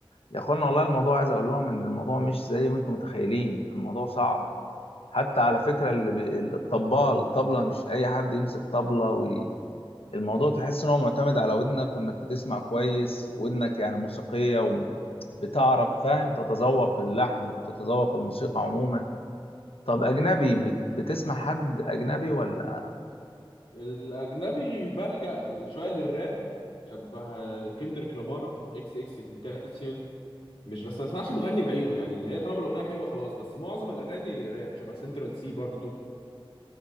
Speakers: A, on the left (about 85°); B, on the left (about 70°).
A: يا اخوانا والله الموضوع عايز اقول لهم ان الموضوع مش زي ما انتم متخيلين الموضوع صعب حتى على فكره اللي بي... الطبال الطبله مش اي حد يمسك طبله وي... الموضوع تحس ان هو معتمد على ودنك وانك بتسمع كويس ودنك يعني موسيقيه وبتعرف فاهم تتذوق اللحن وتتذوق الموسيقى عموما طب اجنبي بت... بتسمع حد اجنبي ولا
B: الاجنبي بلجأ شويه للراب شبه كندريك لامار اكس اكس تنتاسيون مش بس ما اسمعش مغني بعينه يعني اللي هي طالما الاغنيه حلوه خلاص بس معظم الاغاني راب شبه سنترال سي برضو